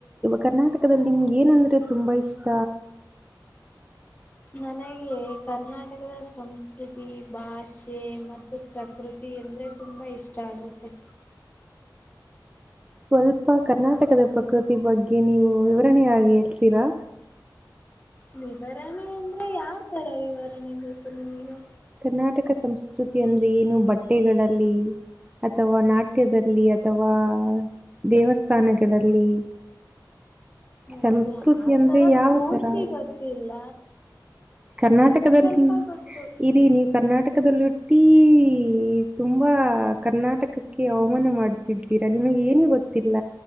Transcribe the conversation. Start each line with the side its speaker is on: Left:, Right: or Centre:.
Right: ಕರ್ನಾಟಕದಲ್ಲಿ ನಿಮ್ಗೆ ಏನಂದ್ರೆ ತುಂಬಾ ಇಷ್ಟ
Left: ನನಗೆ ಕರ್ನಾಟಕದ ಸಂಸ್ಕೃತಿ ಭಾಷೆ ಮತ್ತು ಪ್ರಕೃತಿ ಎಂದ್ರೆ ತುಂಬಾ ಇಷ್ಟ ಆಗುತ್ತೆ
Right: ಸ್ವಲ್ಪ ಕರ್ನಾಟಕದ ಪ್ರಕೃತಿ ಬಗ್ಗೆ ನೀವು ವಿವರಣೆೆಯಾಗಿ ಹೇಳ್ತೀರಾ
Left: ವಿವರಣೆ ಅಂದ್ರೆ ಯಾವ್ ತರ ವಿವರಣೆ ಬೇಕು ನಿಮಗೆ
Right: ಕರ್ನಾಟಕ ಸಂಸ್ಕೃತಿ ಅಂದ್ರೆ ಏನು ಬಟ್ಟೆಗಳಲ್ಲಿ ಅಥವಾ ನಾಟ್ಯದಲ್ಲಿ ಅಥವಾ ದೇವಸ್ಥಾನಗಳಲ್ಲಿ
Left: ನನಗೆ
Right: ಸಂಸ್ಕೃತಿ
Left: ಆತರ
Right: ಅಂದ್ರೆ ಯಾವ
Left: ಪೂರ್ತಿ
Right: ತರ?
Left: ಗೊತ್ತಿಲ್ಲ
Right: ಕರ್ನಾಟಕದಲ್ಲಿ
Left: ಸ್ವಲ್ಪ ಸ್ವಲ್ಪ ಗೊತ್ತು
Right: ಇರಿ ನೀವು ಕರ್ನಾಟಕದಲೂ <inaudible> ತುಂಬಾ ಕರ್ನಾಟಕಕ್ಕೆ ಅವಮಾನ ಮಾಡುತ್ತಿದ್ದೀರಾ ನಿಮಗೆ ಏನು ಗೊತ್ತಿಲ್ಲ